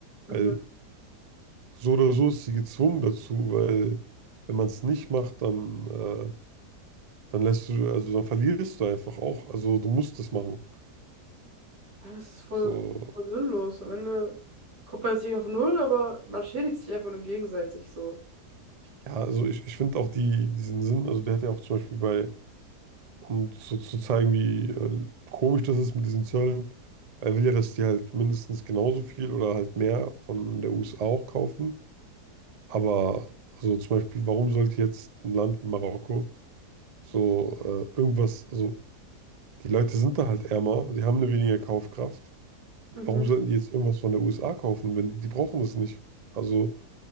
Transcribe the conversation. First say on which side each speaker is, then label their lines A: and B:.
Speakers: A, on the right; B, on the right.
A: Mhm.
B: Weil so oder so ist sie gezwungen dazu, weil wenn man es nicht macht, dann, äh, dann lässt du, also dann verlierst du einfach auch. Also du musst es machen.
A: Ja, Das ist voll,
B: So,
A: voll sinnlos. Am Ende kommt man jetzt nicht auf Null, aber man schädigt sich einfach nur gegenseitig so.
B: ja, also ich, ich finde auch die, diesen Sinn, also der hat ja auch zum Beispiel bei Und so zu zeigen, wie äh, komisch das ist mit diesen Zöllen. Er will ja, dass die halt mindestens genauso viel oder halt mehr von der USA auch kaufen. Aber so zum Beispiel, warum sollte jetzt ein Land wie Marokko so äh, irgendwas, also die Leute sind da halt ärmer, die haben eine weniger Kaufkraft.
A: Mhm.
B: Warum sollten die jetzt irgendwas von der USA kaufen, wenn die, die brauchen das nicht? Also